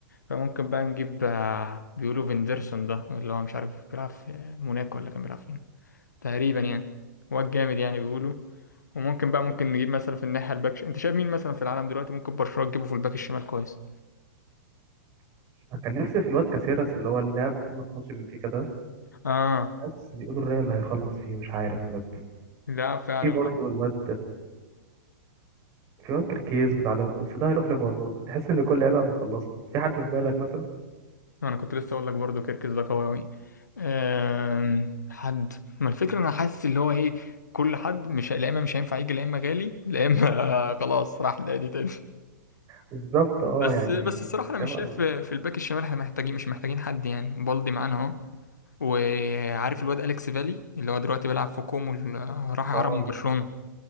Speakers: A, on the left; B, on the right.
A: فممكن بقى نجيب آه، بيقولوا فيندرسون ده اللي هو مش عارف بيلعب في موناكو ولا كان بيلعب فين تقريبا يعني هو الجامد يعني بيقولوا وممكن بقى ممكن نجيب مثلا في الناحيه الباك ش- انت شايف مين مثلا في العالم دلوقتي ممكن برشلونه تجيبه في الباك الشمال كويس
B: <laughs> أنا كان نفسي في الواد كاسيراس اللي هو اللي لعب في نص ماتش بنفيكا ده
A: اه
B: بس بيقولوا الريال هيخلص فيه مش عارف بجد
A: لا فعلا
B: في برضه الواد في واد كركيز بتاع ليف- بس ده هيروح ليفر برضه تحس ان كل لعيبه مخلصه في حد في بالك مثلا
A: انا كنت لسه اقول لك برضو كركز ده قوي قوي أم، حد ما الفكره انا حاسس اللي هو ايه كل حد مش لا اما مش هينفع يجي لا اما غالي لا اما <laughs> خلاص راح لأدي تاني
B: بالظبط اه
A: بس
B: يعني
A: بس الصراحه انا مش
B: لعيبه
A: شايف
B: قلت
A: في في الباك الشمال احنا محتاجين مش محتاجين حد يعني بالدي معانا اهو وعارف الواد اليكس فالي اللي هو دلوقتي بيلعب في كومو ال- راح عرب
B: اه
A: من برشلونه